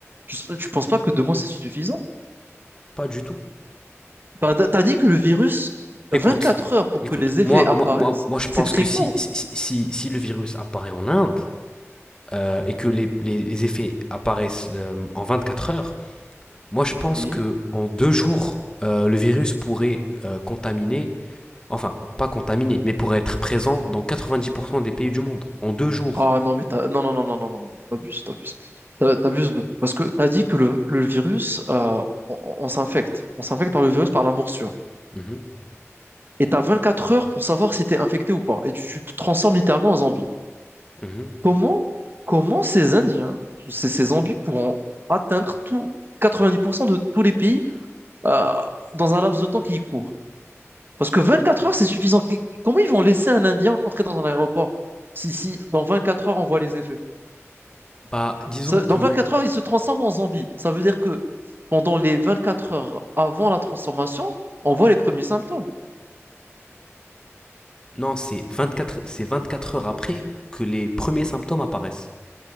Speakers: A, on the right; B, on the left.
A: Je, tu penses pas que deux mois, c'est suffisant?
B: Pas du tout.
A: Bah, t'as t'as dit que le virus,
B: Écoute,
A: 24 heures pour
B: écoute,
A: que les effets
B: moi,
A: apparaissent,
B: moi, moi, moi je pense
A: c'est très
B: que si,
A: court.
B: si, si, si si le virus apparaît en Inde euh, et que les, les- les effets apparaissent euh, en quatre heures, moi je pense
A: Oui.
B: que en deux jours, euh, le virus pourrait euh, contaminer, enfin, pas contaminer, mais pourrait être présent dans 90% des pays du monde. En deux jours.
A: Ah non, mais t'as... Non, non, non, non, non, non, non, t'abuses, t'abuses. T'as- T'abuses beaucoup. Parce que t'as dit que le, le virus, euh, on, on- on s'infecte. On s'infecte par le virus, par la morsure.
B: Mhm,
A: Et t'as 24 heures pour savoir si t'es infecté ou pas. Et tu, tu te transformes littéralement en zombie.
B: mhm.
A: Comment, comment ces Indiens, ces, ces Zombies pourront atteindre tout, 90% de tous les pays euh, dans un laps de temps qui court? Parce que 24 heures, c'est suffisant. Qu- Comment ils vont laisser un Indien entrer dans un aéroport si, si dans 24 heures, on voit les effets?
B: Bah, disons
A: Ça- dans
B: que
A: 24 heures, il se transforme en zombie. Ça veut dire que pendant les 24 heures avant la transformation, on voit les premiers symptômes.
B: non, c'est vingt-quatre, c'est vingt-quatre heures après que les premiers symptômes apparaissent.